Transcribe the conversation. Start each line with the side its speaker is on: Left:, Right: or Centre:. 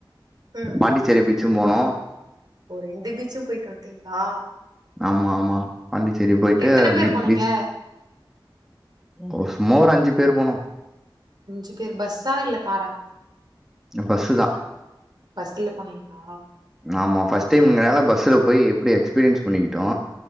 Right: ம்
Centre: பாண்டிச்சேரி பீச்சு போனோ
Right: ஓ ரெண்டுபீச்சும் போயிட்டு வன்ட்டீங்ளா
Centre: ஆமா ஆமா பாண்டிச்சேரி போயிட்டு
Right: எத்தன பேர்
Centre: பீ
Right: போனீங்க
Centre: பீச் ஓ சும்மா ஒரு அஞ்சு பேர் போனோ
Right: அஞ்சு பேர் பஸ்ஸா இல்ல காரா
Centre: பஸ்ஸுதா
Right: பஸ்ல போனீங்களா
Centre: ஆமா ஃபர்ஸ்ட் டைம்ங்கனால பஸ்ல போய் எப்டி எக்ஸ்பீரியன்ஸ் பண்ணிக்கிட்டோ